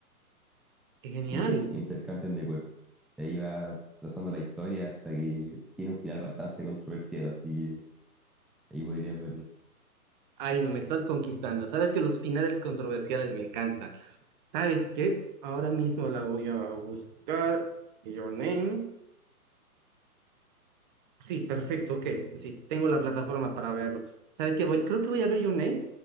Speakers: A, on the right (about 30°); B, in the centre.
A: qué Genial.
B: Sí, intercambian de cuerpo. Y ahí va trazando la historia hasta que tiene un final bastante controversial, así que ahí podrías verla.
A: Ay, no, me estás conquistando. Sabes que los finales controversiales me encantan. ¿Sabes qué? Ahora mismo la voy a buscar. Your Name. Sí, perfecto, ok. Sí, tengo la plataforma para verlo. ¿Sabes qué? Voy, creo que voy a ver Your Name,